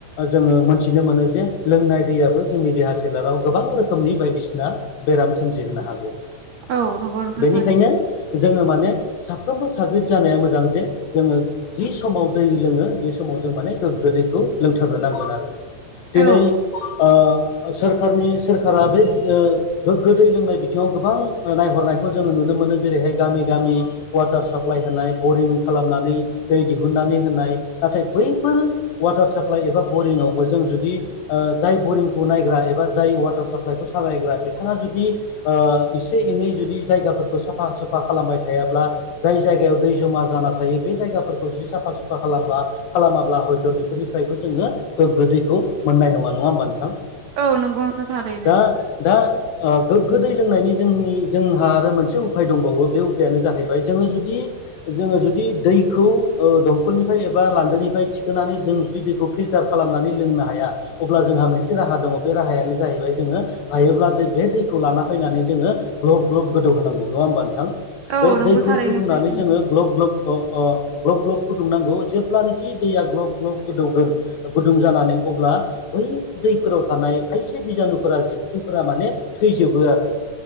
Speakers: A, on the left; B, on the right.
A: जोङो मोनथिनो मोनो जे लोंनाय दैयाबो जोंनि देहा सोलेराव गोबां रोखोमनि बायदिसिना बेराम सोमजिहोनो हागौ
B: औ नंगौ नोंथां
A: बेनिखायनो
B: थारैनो
A: जोङो माने साफ फ्रोमबो साग्रिद जानाया मोजां जे जोङो जि समाव दै लोङो बे समाव जों माने गोग्गो दैखौ लोंथारनो नांगोन आरो
B: औ
A: दिनै ओ सोरखारनि सोरखारा बे ओ गो गो दै लोंनाय बिथिङाव गोबां ओ नायहरनायखौ जोङो नुनो मोनो जेरैहाय गामि गामि वाटार साप्लाइ होनाय बरिं खालाम नानै दै दिहुननानै होनाय नाथाय बैफोर वाटार साप्लाइ एबा बरिंआवबो जों जुदि ओ जाय बरिंखौ नायग्रा एबा जाय वाटार साप्लाइखौ सालायग्रा बिथाङा जुदि ओ एसे एनै जुदि जायगाफोरखौ साफा सुफा खालामबाय थायाब्ला जाय जायगायाव दै जमा जाना थायो बे जायाफोरखौ जि साफा सुफा खालामा खालामाब्ला हयट' बेफोरनिफ्रायबो जोङो गोगो दैखौ नाय नङा। नङा ओमबा नोंथाा।
B: औ नंगौ नोंथां थारैनो
A: दा दा ओ गोग्गो दै लोंनायनि जोंनि जोंहा आरो मोनसे उफाय दंबावो बे उफायानो जाहैबाय जोङो जुदि जो जुदि दैखौ ओ दंखलनिफाय एबा लान्दोनिफाय थिखोनानै जों जुदि दैखौ फिल्टार खालामनानै लोंनो हाया अब्ला जोंहा मोनसे राहा दङ बे राहायानो जाहैबाय जोङो हायोब्ला बे दैखौ लाना फैनानै जोङो ग्लब ग्लब गोदौ होनांगौ नङा होमबा नोंथां
B: औ
A: बे
B: नंगौ
A: दैखौ
B: थारैनो
A: फुदुंनानै
B: सैथो नोंथां।
A: जोङो ग्लब ग्लब। अ ग्लब ग्लब फुदुंनांगौ जेब्लानोाखि दैया ग्लब ग्लब गोदौगोन गुदुं जानानै अब्ला बै दैफोराव थानाय खायसे बिजानुफोरा जिबख्रिफोरा माने थैजोबो आरो।